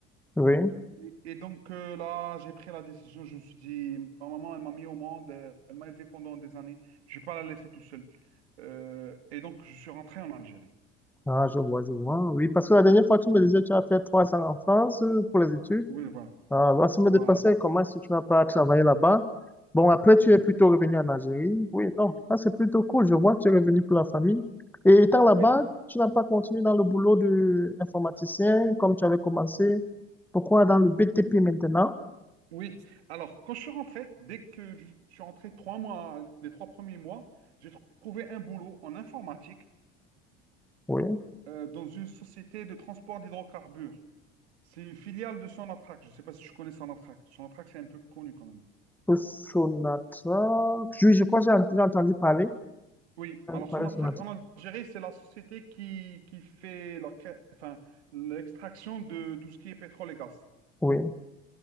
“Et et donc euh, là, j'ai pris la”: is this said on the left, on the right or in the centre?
Right